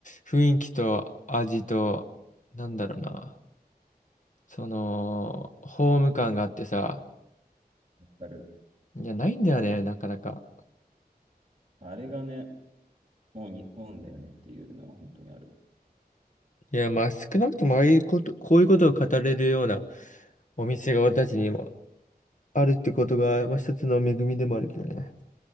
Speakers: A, on the left; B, on the right.
A: 雰囲気と味と、なんだろうな。その、ホーム感があってさ。
B: かる。
A: いや、ないんだよね、なかなか。
B: あれがね、もう日本だよねっていうのは本当にある。
A: いや、まあ、少なくともああいうこと、こういうことを語れるようなお店が私たちにもあるってことが、まあ、一つの恵みでもあるけどね。